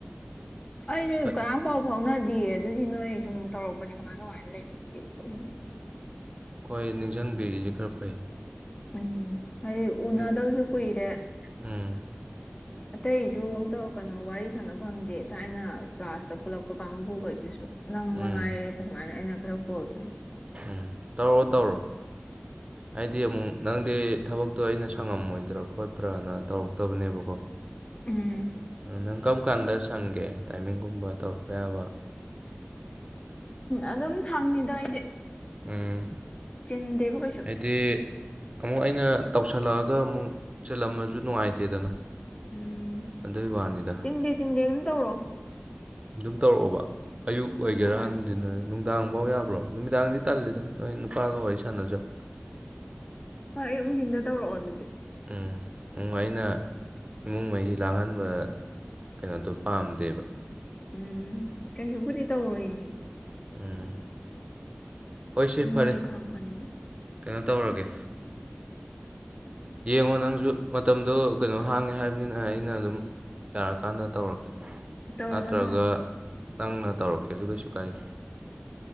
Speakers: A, on the left; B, on the right.
A: ꯑꯩꯁꯨ
B: ꯈꯔ
A: ꯀꯅꯝ ꯄꯥꯎ ꯐꯥꯎꯅꯗꯤꯌꯦ ꯑꯗꯨꯒꯤ ꯅꯣꯏ ꯁꯨꯝ ꯇꯧꯔꯛꯄꯅꯤ ꯀꯃꯥꯏ ꯀꯃꯥꯏꯅ ꯂꯩꯔꯤꯒꯦ ꯈꯣꯠꯂꯤꯒꯦꯅ
B: ꯍꯣꯏ ꯅꯤꯡꯁꯪꯕꯤꯔꯤꯁꯤ ꯈꯔ ꯐꯩ
A: ꯎꯝ ꯍꯥꯏꯗꯤ ꯎꯅꯗꯕꯁꯨ
B: ꯑꯦ
A: ꯀꯨꯏꯔꯦ
B: ꯎꯝ
A: ꯑꯇꯩꯁꯨ ꯑꯝꯇ ꯀꯩꯅꯣ ꯋꯥꯔꯤ ꯁꯥꯟꯅ ꯐꯪꯗꯦ ꯊꯥꯏꯅ ꯀ꯭ꯂꯥꯁꯇ ꯄꯨꯜꯂꯛ ꯄ ꯀꯥꯡꯕꯨ ꯒꯩꯗꯨꯁꯨ ꯅꯪ ꯃꯉꯥꯏꯔꯦ
B: ꯎꯝ
A: ꯁꯨꯃꯥꯢꯅ ꯑꯩꯅ ꯈꯔ ꯀꯣꯜ ꯇꯩꯁꯦ
B: ꯎꯝ ꯇꯧꯔꯛꯑꯣ ꯇꯧꯔꯣ
A: <inaudible>
B: ꯍꯥꯏꯗꯤ ꯑꯃꯨꯛ ꯅꯪꯗꯤ ꯊꯕꯛꯇꯣ ꯑꯩꯅ ꯁꯪꯉꯝꯃꯣꯏꯗ꯭ꯔ ꯈꯣꯠꯇ꯭ꯔꯅ ꯇꯧꯔꯛꯇꯕꯅꯦꯕꯀꯣ
A: ꯎꯝ
B: ꯅꯪ ꯀꯔꯝ ꯀꯥꯟꯗ ꯁꯪꯒꯦ ꯇꯥꯏꯃꯤꯡꯒꯨꯝꯕ ꯇꯧꯔꯛꯄ ꯌꯥꯕ
A: ꯑꯗꯨꯝ ꯁꯪꯉꯤꯗ ꯑꯩꯗꯤ
B: ꯎꯝ
A: ꯆꯤꯟꯗꯦꯕ ꯀꯩꯁꯨ
B: ꯍꯥꯏꯗꯤ ꯑꯃꯨꯛ ꯑꯩꯅ ꯇꯧꯁꯜꯂꯛꯑꯒ ꯑꯃꯨꯛ ꯆꯤꯜꯂꯝꯃꯁꯨ ꯅꯨꯡꯉꯥꯏꯇꯦꯗꯅ
A: ꯎꯝ
B: ꯑꯗꯨꯒꯤ ꯋꯥꯅꯤꯗ
A: ꯆꯤꯟꯗꯦ ꯆꯤꯟꯗꯦ ꯑꯗꯨꯝ ꯇꯧꯔꯣ
B: ꯑꯗꯨꯝ ꯇꯧꯔꯛꯑꯣꯕ ꯑꯌꯨꯛ ꯑꯣꯏꯒꯦꯔꯥ
A: ꯍꯣꯏ
B: ꯅꯨꯡꯊꯤꯟ ꯑꯣꯏꯒꯦꯔꯥ ꯅꯨꯡꯗꯥꯡꯐꯧ ꯌꯥꯕ꯭ꯔꯣ ꯅꯨꯃꯤꯗꯥꯡꯗꯤ ꯇꯜꯂꯤꯗ ꯅꯣꯏ ꯅꯨꯄꯥꯒ ꯋꯥꯔꯤ ꯁꯥꯟꯅꯖꯧ
A: ꯍꯣꯏ ꯑꯌꯨꯛ ꯅꯨꯡꯊꯤꯟꯗ ꯇꯧꯔꯛꯑꯣ ꯑꯗꯨꯗꯤ
B: ꯎꯝ ꯎꯝ ꯑꯩꯅ ꯏꯃꯨꯡ ꯃꯍꯤ ꯂꯥꯡꯍꯟꯕ ꯀꯩꯅꯣꯗꯣ ꯄꯥꯝꯗꯦꯕ
A: ꯎꯝ ꯀꯩꯁꯨꯕꯨꯗꯤ ꯇꯧꯔꯣꯏ ꯃꯤ
B: ꯎꯝ ꯍꯣꯏꯁꯦ
A: ꯃꯣꯏꯁꯨ
B: ꯐꯔꯦ
A: ꯈꯪꯕꯅꯤꯅ
B: ꯀꯩꯅꯣ ꯇꯧꯔꯒꯦ ꯌꯦꯡꯉꯣ ꯅꯪꯁꯨ ꯃꯇꯝꯗꯣ ꯀꯩꯅꯣ ꯍꯥꯡꯉꯦ ꯍꯥꯏꯕꯅꯤꯅ ꯑꯩꯅ ꯑꯗꯨꯝ ꯌꯥꯔꯀꯥꯟꯗ ꯇꯧꯔꯛꯀꯦ
A: ꯇꯧꯔꯛꯑꯣ
B: ꯅꯠꯇ꯭ꯔꯒ
A: ꯇꯧꯔꯛꯑꯣ
B: ꯅꯪꯅ ꯇꯧꯔꯛꯀꯦꯁꯨ ꯀꯩꯁꯨ ꯀꯥꯏꯗꯦ